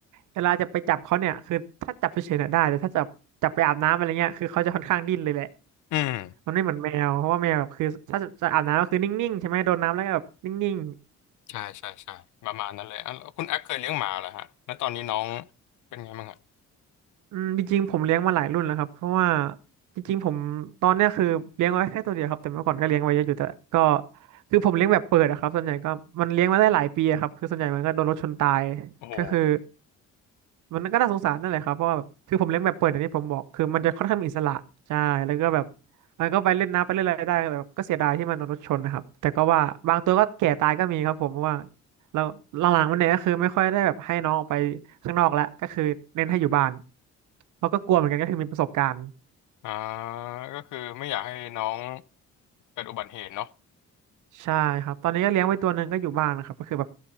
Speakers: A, on the right; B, on the left.
A: เวลาจะไปจับเขาเนี่ยคือถ้าจับเฉยๆเนี่ยได้แต่ถ้าจับจับไปอาบน้ำอะไรเงี้ยคือเขาจะค่อนข้างดิ้นเลยแหละ
B: อืม
A: มันไม่เหมือนแมวเพราะว่าแมวแบบคือถ้าจะจะอาบน้ำก็คือนิ่งๆใช่ไหมโดนน้ำแล้วก็แบบนิ่ง
B: ใช่ใช่ใช่ประมาณนั้นเลยอ่ะแล้วคุณแอคเคยเลี้ยงหมาเหรอฮะแล้วตอนนี้น้องเป็นไงบ้างอะ
A: ๆอืมจริงๆผมเลี้ยงมาหลายรุ่นแล้วครับเพราะว่าจริงๆผมตอนเนี้ยคือเลี้ยงไว้แค่ตัวเดียวครับแต่เมื่อก่อนก็เลี้ยงไว้เยอะอยู่แต่ก็คือผมเลี้ยงแบบเปิดอะครับส่วนใหญ่ก็มันเลี้ยงมาได้หลายปีอะครับคือส่วนใหญ่มันก็โดนรถชนตาย
B: โอ้โห
A: ก็คือ มันก็น่าสงสารนั่นแหละครับเพราะว่าแบบคือผมเลี้ยงแบบเปิดอย่างที่ผมบอกคือมันจะค่อนข้างมีอิสระใช่แล้วก็แบบมันก็ไปเล่นน้ำไปเล่นอะไรได้แต่แบบก็เสียดายที่มันโดนรถชนนะครับแต่ก็ว่าบางตัวก็แก่ตายก็มีครับผมเพราะว่าเราหลังๆมันเนี่ยก็คือไม่ค่อยได้แบบให้น้องออกไปข้างนอกแล้วก็คือเน้นให้อยู่บ้านเพราะก็กลัวเหมือนกันก็คือมีประสบการณ์
B: อ่าก็คือไม่อยากให้น้องเกิดอุบัติเหตุเนาะ
A: ใช่ครับตอนนี้ก็เลี้ยงไว้ตัวหนึ่งก็อยู่บ้านนะครับก็คือแบบ